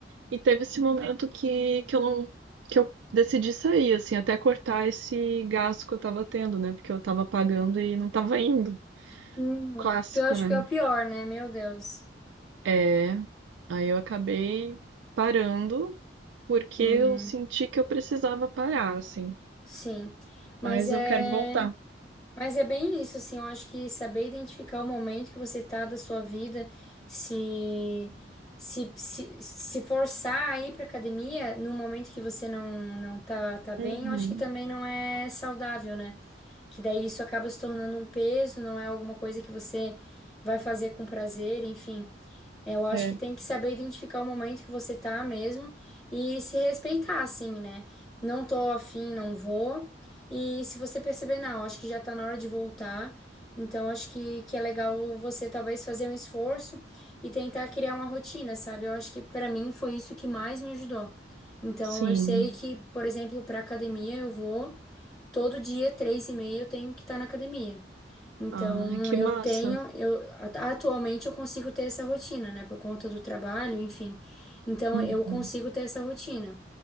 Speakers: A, on the right (about 85°); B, on the left (about 15°).
A: E teve esse momento que, que eu não, que eu decidi sair, assim, até cortar esse gasto que eu tava tendo, né? Porque eu tava pagando e não tava indo.
B: Uhum.
A: Clássico,
B: Que eu acho
A: né?
B: que é o pior, né? Meu Deus.
A: É. Aí eu acabei parando porque
B: Uhum.
A: eu senti que eu precisava parar, assim.
B: Sim. Mas
A: Mas
B: é,
A: eu quero voltar.
B: mas é bem isso, assim, eu acho que saber identificar o momento que você tá da sua vida, se se, se, se forçar a ir pra academia no momento que você não não tá, tá bem,
A: Uhum.
B: eu acho que também não é saudável, né? Que daí isso acaba se tornando um peso, não é alguma coisa que você vai fazer com prazer, enfim. Eu acho
A: É.
B: que tem que saber identificar o momento que você tá mesmo e se respeitar, assim, né? Não tô afim, não vou. E se você perceber, não, acho que já tá na hora de voltar. Então, acho que, que é legal você talvez fazer um esforço e tentar criar uma rotina, sabe? Eu acho que pra mim foi isso que mais me ajudou. Então,
A: Sim.
B: eu sei que, por exemplo, pra academia eu vou todo dia, três e meia, eu tenho que estar na academia. Então,
A: Ai, que
B: eu
A: massa.
B: tenho, eu a- atualmente eu consigo ter essa rotina, né, por conta do trabalho, enfim. Então,
A: Uhum.
B: eu consigo ter essa rotina.